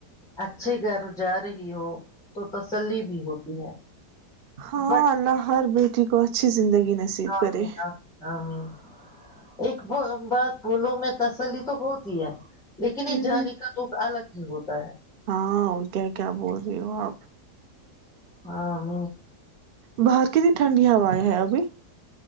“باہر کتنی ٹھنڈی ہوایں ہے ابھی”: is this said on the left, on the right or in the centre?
Right